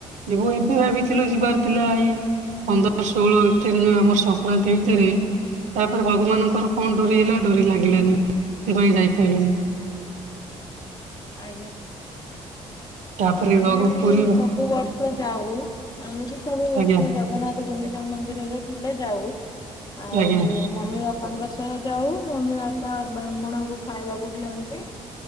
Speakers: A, on the right; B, on the left.
A: ଯିବୁ ଏବେ ଭାବିଥିଲୁ ଯିବାର ଥିଲା, ଏଇ ପନ୍ଦର ଷୋହଳ ଭିତରେ ଯୋଉ ଆମର ସଂକ୍ରାନ୍ତି ଭିତରେ ତାପରେ ଭଗବାନଙ୍କର କଣ ଡୋରି ହେଲା ଡୋରି ଲାଗିଲାନି ସେଥିପାଇଁ ଯାଇପାରିଲୁନି।
B: ଆ
A: ତାପରେ
B: ଆମେ
A: ଘକୁ
B: ବି
A: ପୁରୀ
B: ସବୁ ବର୍ଷ ବ ଯାଉ ଆମେ ବି ସବୁ ବର୍ଷ
A: ଆଜ୍ଞା
B: ଜଗନ୍ନାଥ ଗୁଣ୍ଡିଚା ମନ୍ଦିରରେ ଥିଲେ ଯାଉ। ଆଉ
A: ଆଜ୍ଞା
B: ମମି ବାପାଙ୍କ ସହ ଯାଉ ମମି ବାପା ବ୍ରାହ୍ମଣକୁ ଖାଇବାକୁ ଦିଅନ୍ତି।